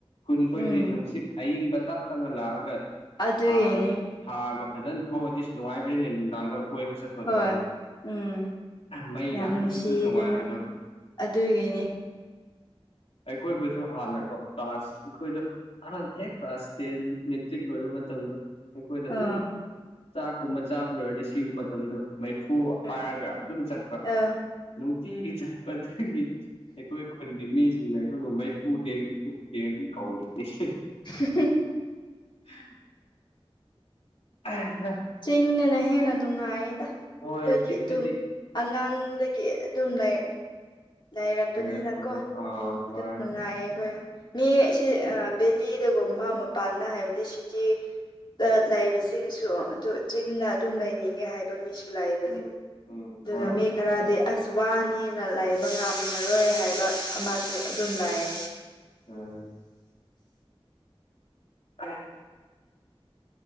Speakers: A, on the left; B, on the left.
A: ꯈꯨꯟ ꯀꯣꯏꯏꯗ꯭ꯔꯤ
B: ꯎꯝ
A: ꯅꯨꯡꯁꯤꯠ ꯑꯏꯤꯡꯕ ꯇꯞ ꯇꯞꯅ ꯂꯥꯛꯑꯒ
B: ꯑꯗꯨꯒꯤꯅꯦ
A: ꯍꯥꯡꯉꯒ ꯊꯥꯒ ꯐꯖꯅ ꯊꯣꯛꯑꯗꯤ ꯅꯨꯡꯉꯥꯏꯕꯅꯤꯅꯦ ꯅꯨꯡꯗꯥꯡꯗ ꯀꯣꯏꯕ ꯆꯠ ꯄꯗꯣ
B: ꯍꯣꯏ ꯎꯝ
A: ꯃꯩ
B: ꯌꯥꯝ
A: ꯂꯥꯛꯇꯔꯁꯨ
B: ꯅꯨꯡꯁꯤꯌꯦ
A: ꯑꯗꯨꯝ ꯅꯨꯡꯉꯥꯏꯕꯗꯣ
B: ꯑꯗꯨꯅ ꯑꯗꯨꯒꯤꯅꯦ
A: ꯑꯩꯈꯣꯏꯕꯨꯁꯨ ꯍꯥꯟꯅꯀꯣ ꯀ꯭ꯂꯥꯁ ꯑꯩꯈꯣꯏꯗ ꯑꯍꯥꯟ ꯍꯦꯛ ꯀꯂꯥꯁ ꯇꯦꯟ ꯃꯦꯇ꯭ꯔꯤꯛ ꯂꯣꯏꯕ ꯃꯇꯝꯗꫭ ꯑꯩꯈꯣꯏꯗ ꯑꯗꯨꯝ
B: ꯑꯣ
A: ꯆꯥꯛꯀꯨꯝꯕ ꯆꯥꯕ ꯂꯣꯏꯔꯗꯤ ꯁꯤꯒꯨꯝꯕ ꯃꯇꯝꯗꫭ ꯃꯩꯐꯨ
B: ꯎꯝ
A: ꯄꯥꯏꯔꯒ ꯑꯗꯨꯝ ꯆꯠꯄ
B: ꯑ
A: ꯅꯨꯡꯇꯤꯒꯤ ꯆꯠꯄ ꯑꯗꯨꯒꯤ ꯑꯩꯈꯣꯏ ꯈꯨꯟꯒꯤ ꯃꯤꯁꯤꯡꯅ ꯑꯩꯈꯣꯏꯕꯨ ꯃꯩꯐꯨ ꯇꯦꯡ ꯃꯩꯐꯨꯇꯦꯡ ꯑꯗꯨꯝ ꯀꯧꯕꯤꯅꯤ
B: ꯁꯤꯐ <unintelligible>
A: ꯍ <unintelligible> ꯎ <unintelligible>
B: ꯆꯤꯡꯗꯅ ꯍꯦꯟꯅ ꯅꯨꯡꯉꯥꯏꯗ ꯑꯩꯈꯣꯏꯗꯤ
A: ꯍꯣꯏ ꯆꯤꯡꯗꯗꯤ
B: ꯑꯗꯨꯝ ꯑꯉꯥꯡꯗꯒꯤ ꯑꯗꯨꯝ ꯂꯩꯥ ꯂꯩꯔꯛꯄꯅꯤꯅꯀꯣ
A: ꯂꯩꯔꯛꯄꯗ ꯑꯥ ꯍꯣꯏ
B: ꯑꯗꯨ ꯅꯨꯡꯉꯥꯏꯌꯦ ꯑꯩꯈꯣꯏ ꯃꯤ ꯑꯁꯤ ꯕꯦꯂꯤꯗꯒꯨꯝꯕ ꯃꯄꯥꯟꯗ ꯍꯥꯏꯕꯗꯤ ꯆꯤ ꯂꯩꯕꯁꯤꯡꯁꯨ ꯑꯗꯨ ꯆꯤꯡꯅ ꯑꯗꯨꯝ ꯂꯩꯅꯤꯡꯉꯦ ꯍꯥꯏ ꯕ ꯃꯤꯁꯨ ꯂꯩꯕꯅꯦ
A: ꯎꯝ ꯎꯝ
B: ꯑꯗꯨꯒ
A: ꯍꯣꯏ
B: ꯃꯤ ꯈꯔꯗꯤ ꯑꯁ ꯋꯥꯅꯤꯅ ꯂꯩꯕ ꯉꯝꯃꯔꯣꯏ ꯍꯥꯏꯕ ꯑꯃꯁꯨ ꯑꯗꯨꯝ ꯂꯥꯛꯑꯦ
A: ꯎꯝ ꯑꯩ